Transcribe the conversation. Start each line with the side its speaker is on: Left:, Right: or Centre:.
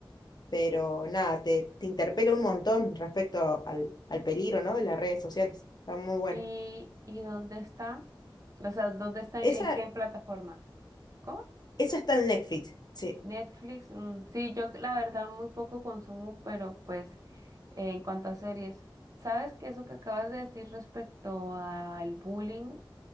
Left: pero nada, te, te interpela un montón respecto al, al peligro, ¿no? de las redes sociales. Está muy buena.
Right: ¿Y, y dónde está? O sea, ¿dónde está? ¿En,
Left: Esa,
Right: en qué plataforma? ¿Cómo?
Left: esa está en Netflix, sí,
Right: Netflix. mm, sí, yo la verdad muy poco consumo, pero pues eh, en cuanto a series, ¿sabes que eso que acabas de decir respecto al bullying?